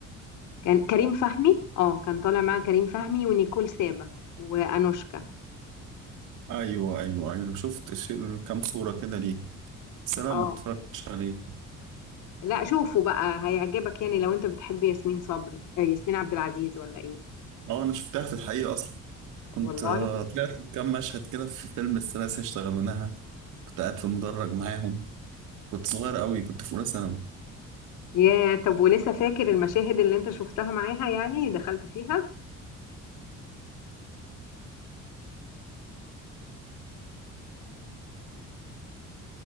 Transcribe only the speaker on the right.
ايوه ايوه ايوه شفت ش- كام صورة كده ليه بس انا
ما اتفرجتش عليه
اه انا شفتها في الحقيقة اصلا كنت
آه، طلعت كام مشهد كده في فيلم الثلاثة اشتغلونها كنت قاعد في المدرج معاهم كنت صغير قوي كنت في اولى ثانوي